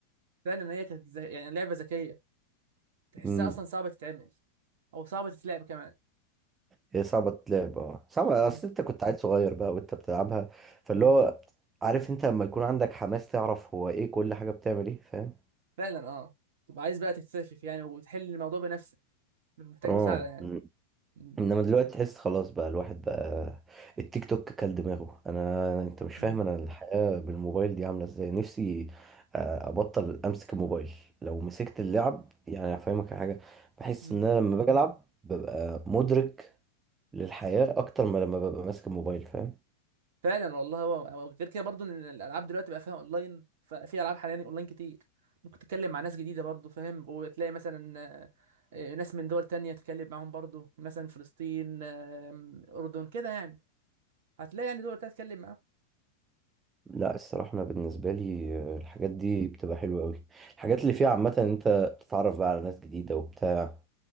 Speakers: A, on the right (about 55°); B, on the right (about 20°).
A: فعلا هي كانت زي... يعني لعبه ذكيه تحسها
B: امم
A: اصلا صعبه تتعمل او صعبه تتلعب كمان
B: هي صعبة تلعب اه صعبة
A: مم.
B: اصل انت كنت عيل صغير بقى وانت بتلعبها فاللي
A: مم.
B: هو عارف انت لما يكون عندك حماس تعرف هو ايه كل حاجة بتعمل ايه فاهم
A: فعلا اه تبقى عايز بقى تكتشف يعني وتحل الموضوع بنفسك مش محتاج
B: اه
A: مساعده يعني مم.
B: انما دلوقتي تحس خلاص بقى الواحد بقى التيك توك كل دماغه انا انت مش
A: مم.
B: فاهم انا الحياة بالموبايل دي عاملة ازاي نفسي آه، ابطل امسك الموبايل لو مسكت اللعب يعني هفهمك على حاجة بحس
A: مم.
B: ان انا لما باجي العب ببقى مدرك للحياة اكتر ما لما ببقى ماسك الموبايل فاهم
A: فعلا والله هو هو غير كده برضو ان الالعاب دلوقتي بقى فيها اونلاين ففي العاب حاليا اونلاين كتير ممكن تتكلم مع ناس جديده برضو فاهم وتلاقي مثلا آه، ناس من دول تانية تتكلم معاهم برضو مثلا فلسطين آم، اردن كده يعني هتلاقي يعني دول تانية تتكلم معاهم
B: لا الصراحة أنا بالنسبة لي آه، الحاجات دي بتبقى حلوة أوي الحاجات اللي
A: م-
B: فيها عامة إن أنت بتتعرف بقى على ناس جديدة وبتاع